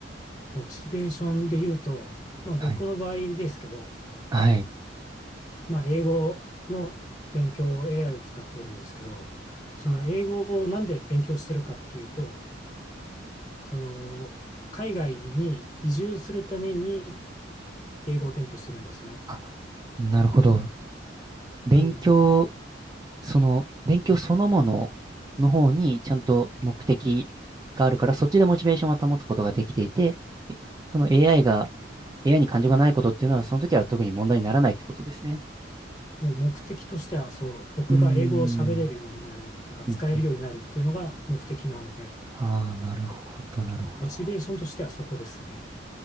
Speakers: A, on the left; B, on the right.
A: モチベーションで言うと、まあ僕の場合ですけど、
B: はい。はい。
A: まあ英語の勉強を AI を使っているんですけど、その英語をなんで勉強してるかっていうと、
B: はい
A: その海外に移住するために英語を勉強してるんですね。
B: あ、なるほど。勉強、
A: なので、
B: その、勉強そのものの方にちゃんと目的があるから、そっちでモチベーションは保つことができていて、えその AI が、AI に感情がないことっていうのは、その時は特に問題にならないってことですね。
A: もう目的としては、その僕が英語を喋れるようになるっていうか、
B: うーん。
A: 使えるようになるっていうのが目的なので、
B: うんうん。ああ、なるほど、なるほど。
A: モチベーションとしてはそこですね。